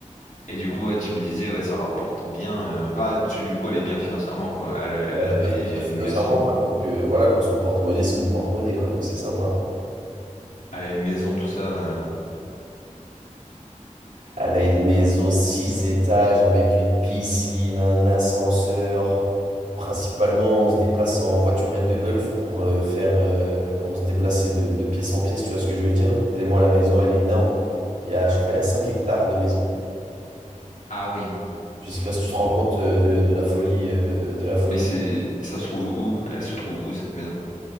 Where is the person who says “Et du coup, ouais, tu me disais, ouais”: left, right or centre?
Left